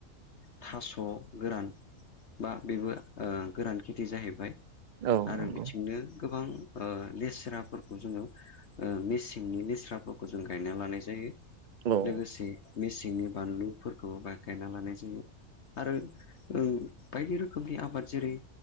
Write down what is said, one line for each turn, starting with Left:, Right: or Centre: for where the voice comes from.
Left: थास' गोरान बा बेबो ओ गोरान के थि जाहैबाय
Right: औ
Left: आरो
Right: नंगौ
Left: बिथिंनो। गोबां ओ लेस्राफोरखौ जोङो ओ मेसेंनि लेस्रा फोरखौ जों गायना लानाय जायो।
Right: औ
Left: लोगोसे मेसेंनि बानलुफोरखौ बा गायना लानाय जायो। आरो ओं बायदि रोखोमनि आबाद जेरै